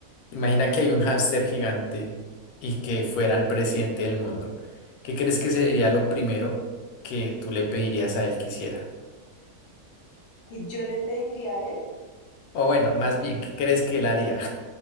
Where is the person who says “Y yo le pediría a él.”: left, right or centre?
Left